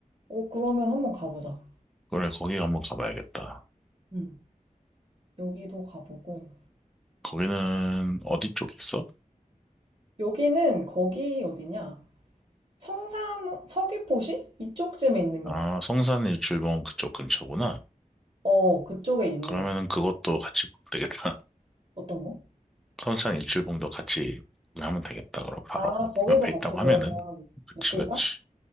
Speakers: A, on the right (about 45°); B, in the centre.
A: 어, 그러면 한번 가보자.
B: 그래, 거기 한번 가봐야겠다.
A: 응, 여기도 가보고.
B: 거기는 어디 쪽에 있어?
A: 여기는 거기 어디냐? 성산, 서귀포시? 이쪽쯤에 있는
B: 아,
A: 것 같아.
B: 성산 일출봉 그쪽 근처구나.
A: 어, 그쪽에 있는
B: 그러면은
A: 거.
B: 그것도 같이 보면 되겠다.
A: 어떤 거?
B: <laughs> 성산 일출봉도 같이 하면 되겠다. 그럼 바로
A: 아, 거기도
B: 그 옆에
A: 같이
B: 있다고
A: 그러면
B: 하면은. 그치,
A: 묶을까?
B: 그치.